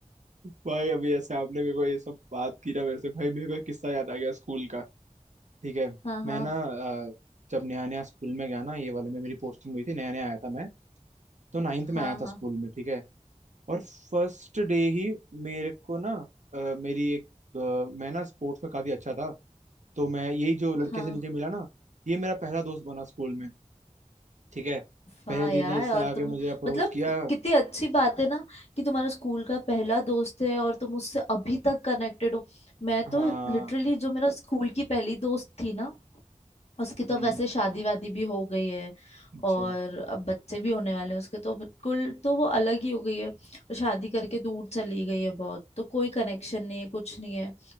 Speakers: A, on the right; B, on the left.
A: भाई अभी ऐसे आपने मेरे को ये सब बात की ना मेरे से भाई मेरे को एक किस्सा याद आ गया स्कूल का ठीक है
B: हाँ हाँ
A: मैं ना अ, जब नया नया स्कूल में गया ना ये वाले में मेरी पोस्टिंग हुई थी नया नया आया था मैं तो नाइन्थ में
B: हाँ
A: आया था
B: हाँ
A: स्कूल में ठीक है और फर्स्ट डे ही मेरे को ना अ, मेरी एक अ, मैं ना स्पोर्ट्स में काफी अच्छा था तो मैं यही जो लड़के
B: हाँ
A: से नीचे मिला ना ये मेरा पहला दोस्त बना स्कूल में ठीक है पहले
B: वाह
A: दिन
B: यार
A: ने इसने
B: और
A: आके
B: तुम
A: मुझे अप्रोच
B: मतलब
A: किया
B: कितनी अच्छी बात है ना कि तुम्हारा स्कूल का पहला दोस्त है और तुम उससे अभी तक कनेक्टेड हो मैं तो
A: हाँ
B: लिटरली जो मेरा स्कूल की पहली दोस्त थी ना उसकी तो
A: हम्म
B: वैसे शादी वादी भी हो गई है
A: अच्छा
B: और अब बच्चे भी होने वाले हैं उसके तो बिल्कुल तो वो अलग ही हो गई है वो शादी करके दूर चली गई है बहुत तो कोई कनेक्शन नहीं है कुछ नहीं है